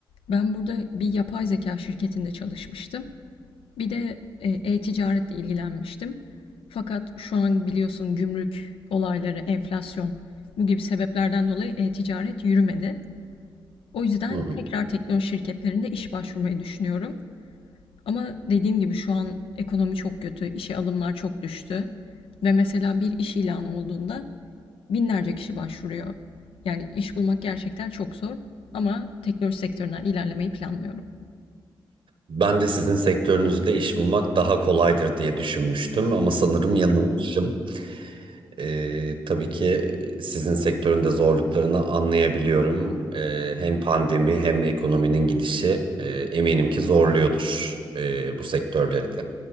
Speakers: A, on the left (about 80°); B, on the right (about 70°).
A: ben burada bir yapay zeka şirketinde çalışmıştım. Bir de e, ticaretle ilgilenmiştim. Fakat şu an biliyorsun gümrük olayları, enflasyon bu gibi sebeplerden dolayı e-ticaret yürümedi. O yüzden
B: Hı hı.
A: tekrar teknoloji şirketlerinde iş başvurmayı düşünüyorum. Ama dediğim gibi şu an ekonomi çok kötü, işe alımlar çok düştü. Ve mesela bir iş ilanı olduğunda binlerce kişi başvuruyor. Yani iş bulmak gerçekten çok zor ama teknoloji sektöründen ilerlemeyi planlıyorum.
B: Ben de sizin sektörünüzde iş bulmak daha kolaydır diye düşünmüştüm ama sanırım yanılmışım. Ee, tabii ki sizin sektörün de zorluklarını anlayabiliyorum. Ee, hem pandemi hem ekonominin gidişi e, eminim ki zorluyordur e, bu sektörleri de.